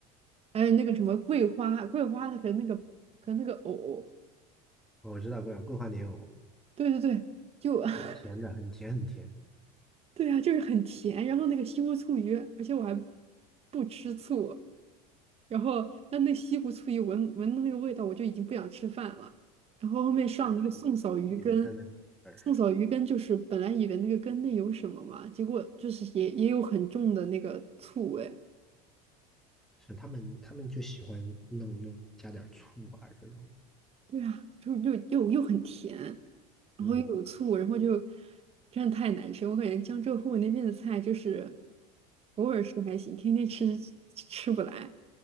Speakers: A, on the right; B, in the centre.
A: 还有那个什么桂花桂花和那个和那个藕，
B: 哦，我知道桂桂花莲藕，
A: 对对对，就 <laughs>
B: 那甜的很甜很甜，
A: 对啊，就是很甜，然后那个西湖醋鱼，而且我还不吃醋，然后那那西湖醋鱼闻闻的那个味道，我就已经不想吃饭了。然后后面上那个宋嫂鱼羹，
B: 它是很腻人的那种味儿。
A: 宋嫂鱼羹就是本来以为那个羹内有什么嘛，结果就是也也有很重的那个醋味，
B: 是他们他们就喜欢弄弄加点儿醋啊这种的。
A: 对啊，就又又又很甜，然后又有醋，
B: 嗯，
A: 然后就真的太难吃。我感觉江浙沪那边的菜就是偶尔吃还行，天天吃吃不来。